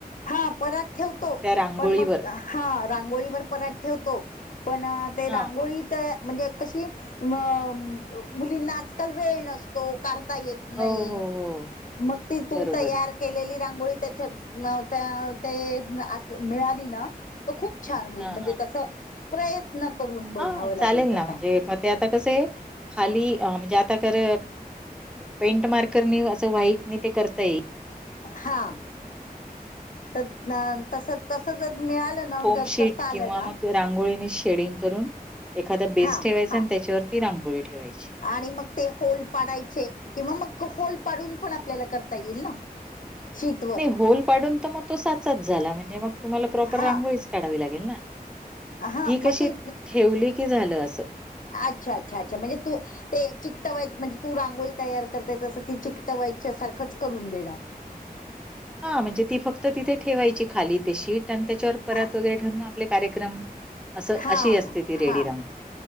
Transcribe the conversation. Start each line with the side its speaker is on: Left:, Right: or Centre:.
Left: हा पराठ ठेवतो
Centre: रांगोळीवर
Left: पण मग हा रांगोळीवर पराठ ठेवतो पण ते
Centre: हा
Left: रांगोळी म्हणजे कशी? अ मुलींना आजकाल वेळ नसतो. काढता येत
Centre: हो
Left: नाही.
Centre: हो हो
Left: मग ती तू
Centre: बरोबर
Left: तयार केलेली रांगोळी त्याच्यात न ते अ ते मिळाली ना खूप छान होईल
Centre: हा
Left: म्हणजे
Centre: हा
Left: त प्रय त्न करून बघावं
Centre: हा
Left: लागेल
Centre: चालेल
Left: का
Centre: ना म्हणजे
Left: काय?
Centre: मग ते आता कसं आहे? खाली म्हणजे आता कर पेंट मार्करनी असं व्हाईट नि ते करता येईल.
Left: हा तस तस जर मिळालं. तस नवं
Centre: फोमशीट
Left: जर करता आलं
Centre: किंवा
Left: ना.
Centre: मग रांगोळीने शेडिंग करून एखादा बेस
Left: हा
Centre: ठेवायचा
Left: हा
Centre: आणि त्याच्यावरती रांगोळी ठेवायची.
Left: आणि मग ते होल पाडायचे. किंवा मग होल पाडून पण आपल्याला करता येईल ना. शीटवर
Centre: नाही होल पाडून तर मग तो साचाच झाला म्हणजे मग तुम्हाला प्रॉपर
Left: हा
Centre: रांगोळीच काढावी लागेल ना.
Left: हा
Centre: ही
Left: मग
Centre: कशी?
Left: ते
Centre: ठेवली की झालं असं.
Left: अच्छा! अच्छा! अच्छा! म्हणजे तू ते चिकटवायच म्हणजे तू रांगोळी तयार करते तसं ती चिकटवायच्या सारखंच करून देणार.
Centre: हा म्हणजे ती फक्त तिथे ठेवायची खाली ते तशी आणि त्याच्यावर परात
Left: हा
Centre: वगैरे ठेवून आपले कार्यक्रम असं
Left: हा
Centre: अशी असते, ती रेडी
Left: हा
Centre: रांगोळी,